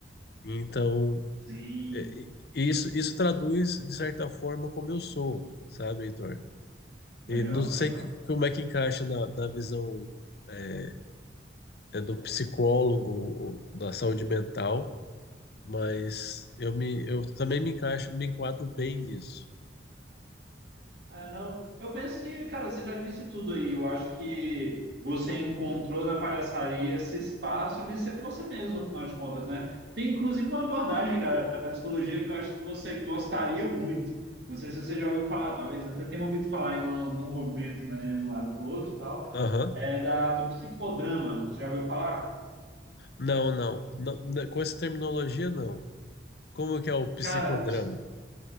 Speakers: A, on the left; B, on the right.
A: Então
B: sim,
A: É, e isso, isso traduz, de certa forma, como eu sou, sabe, Heitor?
B: legal,
A: E não sei
B: legal.
A: que- como é que encaixa na, na visão é, é do psicólogo ou da saúde mental, mas eu, me, eu também me encaixo, me enquadro bem nisso.
B: Ah, não. Eu penso que, cara, você já disse tudo aí. Eu acho que você encontrou na palhaçaria esse espaço de ser você mesmo, no final de contas, né? Tem inclusive uma abordagem, cara, da psicologia que eu acho que você gostaria muito. Não sei se você já ouviu falar, talvez até tenha ouvido falar aí no, no movimento, né, de um lado para o outro e tal,
A: Aham.
B: é da, do psicodrama. Você já ouviu falar?
A: Não, não, Não, né, Com essa terminologia, não. Como que é o psicodrama?
B: Cara, o, psi-